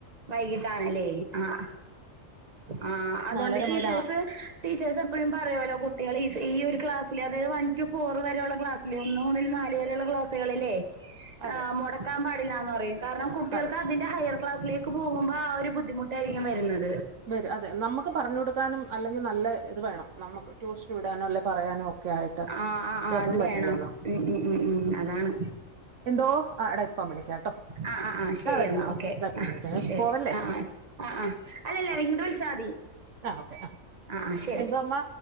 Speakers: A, on the right (about 30°); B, on the right (about 65°).
A: വൈകീട്ടാണല്ലേ ആഹ്. ആ അതുകൊണ്ട്
B: നാലര
A: ടീച്ചേഴ്സ്
B: മുതൽ ആ
A: ടീച്ചേഴ്സ് എപ്പഴും പറയോലോ കുട്ടികളേ ഈ ഈയൊരു ക്ലാസ്സില് അത് വൺ ടു ഫോർ വരെയുള്ള ക്ലാസ്സില്, ഒന്ന് മുതൽ നാല് വരേയുള്ള ക്ലാസ്സുകളിലേ
B: അതെ
A: ആ മുടക്കാൻ പാടില്ലാന്ന് പറയും. കാരണം കുട്ടികൾക്ക്
B: അതെ
A: അതിന്റെ ഹയർ ക്ലാസ്സിലേക്ക് പോകും ആ ഒരു ബുദ്ധിമുട്ടായിരിക്കും വരുന്നത്.
B: <unintelligible> അതെ നമ്മക്ക് പറഞ്ഞു കൊടുക്കാനും അല്ലെങ്കി നല്ല ഇത് വേണം. നമ്മക്ക് ട്യൂഷന് വിടാനോ അല്ലെ പറയാനും ഒക്കെ ആയിട്ട്
A: ആഹ് ആഹ് ആഹ്
B: ഇതതും
A: അത്
B: പറ്റില്ലല്ലോ.
A: വേണം ഉം ഉം ഉം അതാണ്.
B: എന്തോ? ആ എട ഇപ്പം വിളിക്കാട്ടോ.
A: ആ ആ ആ ശരി
B: ഇതാ വരുന്നമ്മ
A: എന്നാ ഓക്കെ.
B: ഇതാ ഇപ്പം
A: ആ
B: വിളിക്കാം
A: ശരി.
B: പോവല്ലേ
A: ആ ആ ആ ആഅല്ലല്ല
B: ആ
A: ഇങ്ങട് വിളിച്ചാ മതി.
B: ആ ഓക്കെ ആ
A: അ അ ശരി.
B: എന്തോ അമ്മ